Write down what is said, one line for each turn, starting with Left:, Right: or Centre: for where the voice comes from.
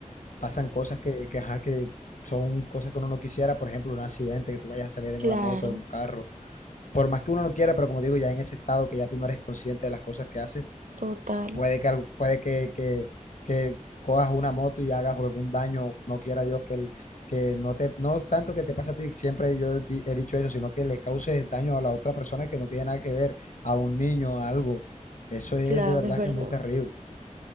Left: pasan cosas que, que, ajá, que son cosas que uno no quisiera, por ejemplo, un accidente, que tú vayas a salir en
Right: Claro,
Left: una moto, en un carro, por más que uno no quiera, pero como digo, ya en ese estado que ya tú no eres consciente de las cosas que haces,
Right: total,
Left: puede que, algo- puede que, que, que cojas una moto y hagas algún daño, no quiera Dios que, el, que no te, no tanto que te pase a ti, siempre yo he, di- he dicho eso, sino que le causes daño a la otra persona que no tiene nada que ver, a un niño, a algo. Eso es
Right: claro,
Left: de verdad
Right: es verdad.
Left: que es muy terrible.